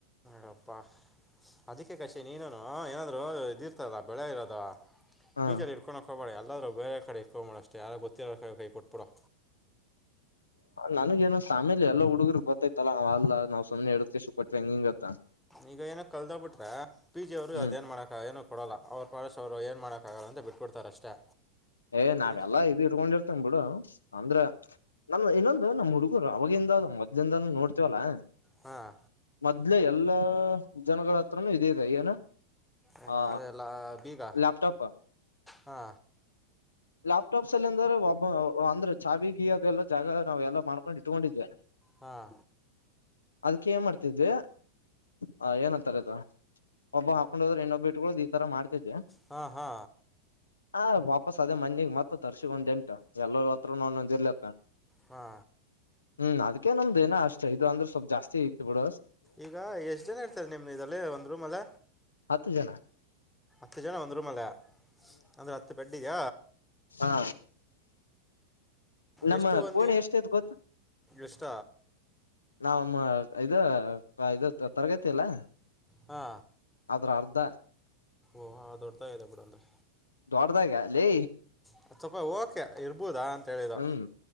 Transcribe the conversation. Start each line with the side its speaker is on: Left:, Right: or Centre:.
Centre: ಹಪ್ಪಾ ಅದಕ್ಕೆ ಕಾಶಿ ನೀನನು ಏನಾದ್ರು ಇದಿರ್ತದ ಬೆಳೆ ಇರೋದಾ
Left: ಹ
Centre: ಟೀಚರ್ ಇಟ್ಕೊನಾಕ್ ಹೋಗಬಾರದು ಅಲ್ಲ ಬೇರೆಕಡೆ ಇಪ್ರೂ ಮಾಡಷ್ಟೇ ಕೈ ಕೊಟ್ಬಿಡು
Left: ನನಗೆನೊ ಸಾಮೇಲಿ ಎಲ್ಲ ಹುಡುಗರು ಗೊತ್ತೈತಲ್ಲ ಅವ್ ಅಲ್ಲ ನಾವು ಸುನೆ ಹೇಳಡ್ ಕೇಶ ಕೊಟ್ಟ್ಟವಿ ಹೆಂಗ ಹಿಂಗತ್ತ
Centre: ಈಗ ಏನಕ್ ಕಲ್ದ್ ಬಿಟ್ರೆ ಪಿ ಜಿ ಅವ್ರು
Left: ಹ್ಮ್
Centre: ಅದ ಏನ್ ಮಾಡಕ ಏನಕ್ ಕೊಡಲ್ಲ ಅವ್ರ ಪಟ್ ಅವರು ಕಾಗಲ್ಲಂತ ಬಿಟ್ಬಿಡ್ತಾರ ಅಷ್ಟೇ
Left: ಏ ನಾವೆಲ್ಲಾ
Centre: ಅದಕ್ಕೆ
Left: ಇದ್ ಇಡ್ಕೊಂಡಿರ್ತೇನ್ ಬಿಡು ಅಂದ್ರ ನಮ್ದ ಇನ್ನೊಂದು ನಮ್ ಹುಡುಗ ಅವವಾಗಿಂದ ಅದು ಮೊದ್ಲಿಂದಾನ ನೋಡ್ತವಲ್ಲಾ
Centre: ಹಾಂ
Left: ಮದ್ಲೆೇ ಎಲ್ಲಾ ಜನಗ ಪ್ರಮೀ ಇದು ಇದು ಏನು
Centre: ಏನ
Left: ಆ
Centre: ಅದೆಲ್ಲಾ ಬೀಗ
Left: ಲ್ಯಾಪ್ಟಾಪ್
Centre: ಹಾ
Left: ಲಾಪ್ಟಾಪ್ಸ್ ಅಲ್ಲಿಂದ್ರ ಒಬ್ಬ ಅಂದ್ರೆ ಚಛಿ ಗಿ ಅದೆಲ್ಲ ಜಾಗ ನಾವ ಎಲ್ಲಾ ಮಾಡ್ಕೊಂಡ್ ಇಟ್ಕೊಂಡಿದ್ವಿ
Centre: ಹಾಂ
Left: ಅದಕ್ಕೆೇನ್ ಮಾಡ್ತಿದ್ ಹ ಏನ್ಂತಾರಧೂ ಒಬ್ಬ ಹಾಕೊಂಡು ಹೋದ್ರೆ ಇನ್ನೊಬ್ ಇತ್ಕೊಳೊಧ್ ಈ ತರ ಮಾಡ್ತಿದ್ಯಾ
Centre: ಹಾ ಹಾ
Left: ಹಾ ವಾಪಾಸ್ ಅದ ಮನೆಗ್ ಮತ್ತತ್ ತರ್ಸಿವಿ ಎಂಟ ಎಲ್ಲರೂ ಹತ್ರ ನೂ ಒಂದೊಂದು ಇರ್ಲತ್ತ
Centre: ಹಾ
Left: ಹ್ಮ್ ಅದ್ಕ ನಮ್ದ ಏ ಅಷ್ಟ ಇದು ಅಂದ್ರೆ ಸ್ವಲ್ಪ್ ಜಾಸ್ತಿ ಐತ್ತು ಬಿಡ
Centre: ಈಗ ಎಷ್ಟ್ ಜನ ಇರ್ತಾರೆ ನಿಮ್ ಇದಲ್ಲಿ ಒಂದ್ ರೂಮ್ ಅಲ್ಲ
Left: ಹತ್ತು ಜನ
Centre: ಹತ್ತು ಜನ ಒಂದು ರೂಮ್ ಅಲ್ಲ ಅಂದ್ರೆ ಹತ್ತು ಪಟ್ಟ ಈಗ
Left: ಹಾ ನಮ್ಮ
Centre: ಎಷ್ಟು ಒಂದು
Left: ಕೋಣೆ ಎಷ್ಟೇ ಆಯಿತ್ ಗೊತ್ತ
Centre: ಎಷ್ಟ
Left: ನಾವಮ್ಮ ಇದು ಇದು ತರಗತಿ ಅಲ್ಲ
Centre: ಹಾ
Left: ಇದ್ರ ಅರ್ಧ
Centre: ಓಹದೊಡ್ತಾ ದೊಡ್ಡಗ್ ಇರು ಬಂದ್ರೆ
Left: ದೊಡ್ಡಾಗ ಲೇ
Centre: ಸ್ವಲ್ಪ ಓಕೆ ಇರಬಹುದು ಇರಬಹುದಾ ಅಂತ ಹೇಳಿದೆ
Left: ಹ್ಮ್